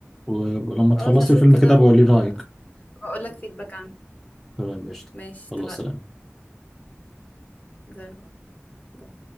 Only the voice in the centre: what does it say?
و- ولما
تخلصي
الفيلم
كده بقولي
رأيك
تمام قشطة
الله سلام